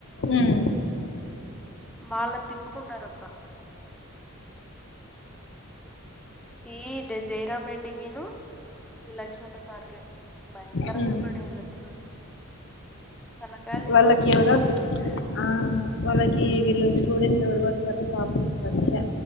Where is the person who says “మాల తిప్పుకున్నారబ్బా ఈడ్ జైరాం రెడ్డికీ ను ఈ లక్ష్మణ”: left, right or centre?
Centre